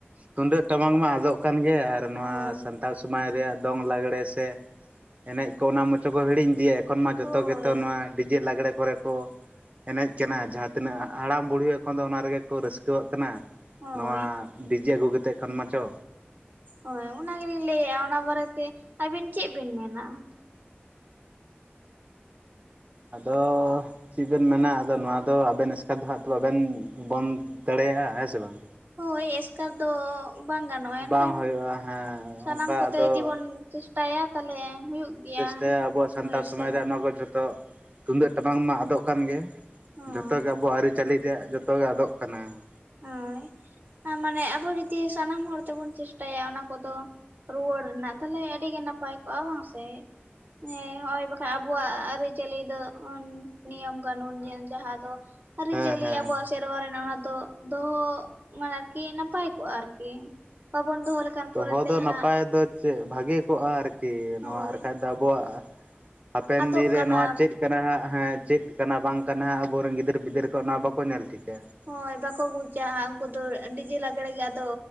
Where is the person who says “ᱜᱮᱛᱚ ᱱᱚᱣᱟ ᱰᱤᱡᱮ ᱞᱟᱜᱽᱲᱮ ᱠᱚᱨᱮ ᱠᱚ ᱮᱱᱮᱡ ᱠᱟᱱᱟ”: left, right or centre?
Right